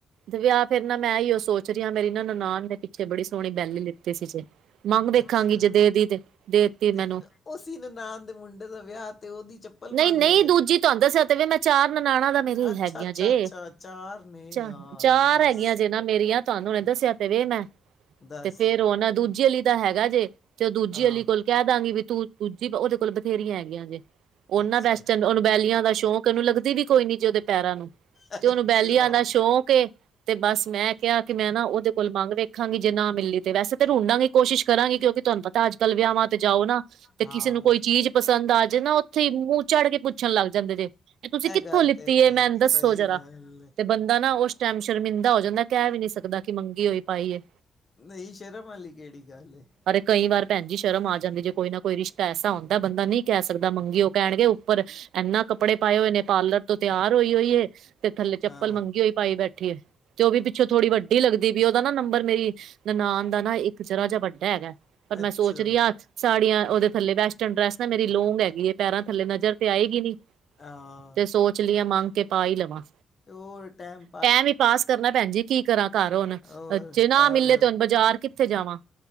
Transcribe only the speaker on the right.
'ਤੇ ਵਿਆਹ ਫਿਰ ਨਾ ਮੈਂ ਹੀ ਸੋਚ ਰਹੀ ਆ ਮੇਰੀ ਨਾ ਨਨਾਨ ਦੇ ਪਿੱਛੇ ਬੜੀ ਸੋਹਣੀ ਬੈਲੀ ਲਿਤੀ ਸੀ ਜ ਮੰਗ ਵੇਖਾਂਗੀ
ਜੇ ਦੇਂਦੀ ਤੇ ਦੇ ਦਿੱਤੀ
ਮੈਨੂੰ
ਨਹੀਂ
ਨਹੀਂ
ਦੂਜੀ
ਤੁਹਾਨੂੰ ਦੱਸਿਆ
ਤੇ ਵੇ ਮੈਂ ਚਾਰ
ਨਨਾਣਾਂ ਦਾ ਮੇਰੇ
ਹੈਗੀਆਂ
ਜੇ
ਚ
ਚਾਰ
ਹੈਗੀਆਂ ਜੇ ਨਾ ਮੇਰੀਆਂ ਤੁਹਾਂਨੂੰ ਦੱਸਿਆ ਤੇ ਵੇ ਮੈਂ
ਤੇ ਫੇਰ ਉਹ ਨਾ ਦੂਜੀਲੀ ਦਾ ਹੈਗਾ ਜੇ ਤੇ ਦੂਜੀ
ਅਲੀ ਕੋਲ ਕਹਿ ਦਾਂਗੀ ਵੀ ਤੂੰ ਦੂਜੀ ਉਹਦੇ ਕੋਲ ਬਥੇਰੀਆਂ ਹੈਗੀਆਂ ਜੇ ਉਹਨਾਂ
ਵੇਂਸਟ ਉਹਨੂੰ ਬੈਲੀਆਂ ਦਾ ਸ਼ੌਂਕ ਉਹਨੂੰ ਲੱਗਦੀ ਵੀ ਕੋਈ ਨੀ ਜੀ ਉਹਦੇ ਪੈਰਾਂ ਨੂੰ
ਤੇ ਉਹਨੂੰ ਬੈਲੀਆਂ ਦਾ
ਸ਼ੌਕ ਤੇ ਬਸ ਮੈਂ ਕਿਹਾ ਕਿ ਮੈਂ ਨਾ ਉਹਦੇ ਕੋਲ ਮੰਗ ਵੇਖਾਂਗੀ ਜੇ ਨਾ ਮਿਲੀ ਤੇ ਵੈਸੇ ਤਾਂ ਢੁਡਾਂਗੀ ਕੋਸ਼ਿਸ਼ ਕਰਾਂਗੀ। ਕਿਉਂਕਿ ਤੁਹਾਨੂੰ ਪਤਾ ਤਾਂ ਅੱਜ ਕੱਲ ਵਿਆਹਾਂ ਤੇ ਜਾਓ ਨਾ ਤੇ
ਕਿਸੇ ਨੂੰ ਕੋਈ ਚੀਜ਼ ਪਸੰਦ ਆਜੇ ਨਾ ਉੱਥੇ ਮੂੰਹ ਚੜ ਕੇ ਪੁੱ ਪੁੱਛਣ ਲੱਗ ਜਾਂਦੇ ਜੇ ਇਹ ਤੁਸੀਂ ਕਿੱਥੋਂ
ਲਿੱਤੀ
ਏ। ਮੈਨੂੰ ਦੱਸੋ
ਜਰਾ
ਬੰਦਾ ਨਾ ਉਸ ਟਾਈਮ ਸ਼ਰਮਿੰਦਾ ਹੋ ਜਾਂਦਾ ਕਹਿ ਵੀ ਨਹੀਂ ਸਕਦਾ ਕਿ ਮੰਗੀ ਹੋਈ ਪਾਈ
ਅਰੇ ਕਈ ਵਾਰ ਭੈਣਜੀ ਸ਼ਰਮ ਆ ਜਾਂਦੀ ਜੇ ਕੋਈ ਨਾ ਕੋਈ ਰਿਸ਼ਤਾ ਐਸਾ ਹੁੰਦਾ ਬੰਦਾ ਨਹੀਂ ਕਹਿ ਸਕਦਾ ਮੰਗੀ ਉਹ ਕਹਿਣਗੇ ਉੱਪਰ ਇਨਾਂ ਕੱਪੜੇ ਪਾਏ ਹੋਏ ਨੇ ਪਾਰਲਰ ਤੋਂ ਤਿਆਰ ਹੋਈ ਹੋਈ ਹੈ ਤੇ ਥੱਲੇ ਚੱਪਲ
ਮੰਗੀ ਹੋਈ ਪਾਈ ਬੈਠ ਠੀ ਏ ਤੇ ਉਹ ਵੀ ਪਿੱਛੋਂ ਥੋੜੀ ਵੱਡੀ ਲੱਗਦੀ ਦੀਵੀ ਏ ਉਦਾ ਨਾ ਨੰਬਰ ਮੇਰੀ ਨਨਾਨ ਦਾ ਨਾ ਇੱਕ ਜਰਾ ਜਿਹਾ ਵੱਡਾ ਹੈਗਾ ਪਰ ਮੈਂ
ਸੋਚ ਰਹੀ ਹਾ ਸਾੜੀਆਂ ਉਹਦੇ ਥੱਲੇ ਵੈਸਟਰਨ ਡਰੈਸ ਨਾ ਮੇਰੀ ਲੋਂਗ ਹੈਗੀ ਹੈ ਪੈਰਾਂ ਥੱਲੇ ਨਜ਼ਰ ਤੇ ਆਏਗੀ ਨੀ।
ਤੇ ਸੋਚ ਲਿਆ ਮੰਗ ਕੇ ਪਾ ਈ ਲਵਾਂ
ਟੈਮ ਹੀ ਪਾਸ ਕਰਨਾ ਭੈਣ ਜੀ ਕੀ ਕਰਾਂ ਘਰ ਹੁਣ
ਜੇ ਨਾ
ਮਿਲੇ
ਤੇ ਹੁਣ ਬਾਜ਼ਾਰ ਕਿੱਥੇ ਜਾਵਾ।